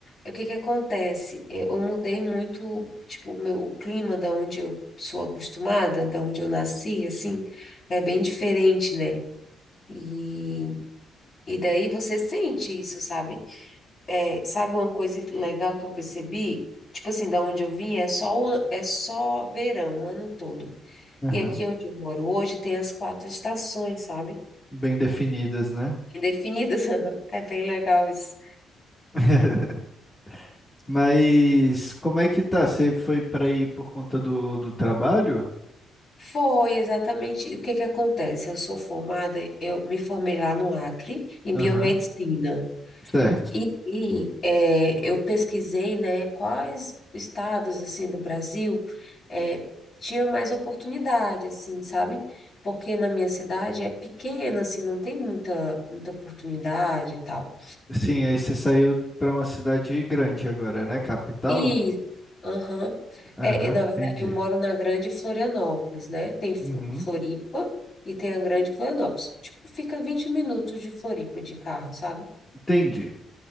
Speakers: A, on the left; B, on the left.
A: O que que acontece? Eu eu mudei muito, tipo, o meu, o clima da onde eu sou acostumada, da onde eu nasci, assim, é bem diferente, né? E, e daí você sente isso, sabe? É, sabe uma coisa legal que eu percebi? Tipo assim, da onde eu vim é só, o- é só verão, o ano todo.
B: Aham.
A: E aqui onde eu moro hoje tem as quatro estações, sabe?
B: bem definidas, né?
A: Bem definidas. <laughs> É bem legal isso.
B: <laughs> Mas como é que tá? Você foi para aí por conta do, do trabalho?
A: Foi exatamente o que que acontece. Eu sou formada, eu me formei lá no Acre, em
B: Aham,
A: biomedicina.
B: certo.
A: E, e, é, eu pesquisei, né, quais estados, assim, do Brasil é, tinha mais oportunidade, assim, sabe? Porque na minha cidade é pequena, assim, não tem muita, muita oportunidade e tal.
B: Sim, aí você saiu para uma cidade grande agora, né? Capital?
A: E, aham,
B: Aham,
A: é, e, na verdade,
B: entendi.
A: eu moro na Grande Florianópolis, né? Tem Flo-
B: Uhum,
A: Floripa e tem a Grande Florianópolis. Tipo, fica 20 minutos de Floripa de carro, sabe?
B: entendi.